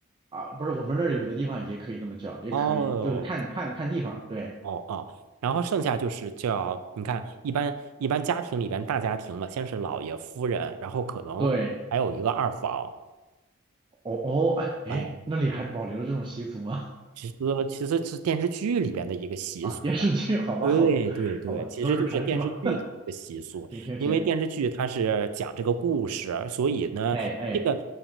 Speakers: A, on the right; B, on the right.
A: 啊，不是，我们这儿有的地方也可以这么叫，也可以，
B: 哦，
A: 就是看看看地方。对
B: 哦哦，然后剩下就是叫，你看，一般一般家庭里边大家庭嘛，先是老爷夫人，然后可能还有一个二房。
A: 对，哦哦，哎哎，
B: 哎呀，
A: 那里还保留着这种习俗吗？
B: 其实其实是电视剧里边的一个习俗。
A: <laughs> 啊，电视剧，好吧好吧好吧，
B: 对对对，其实就是电视剧的一个习俗，
A: 都是传说。行行行，
B: 因为电视剧它是讲这个故事，所以呢，
A: 哎哎，
B: 这个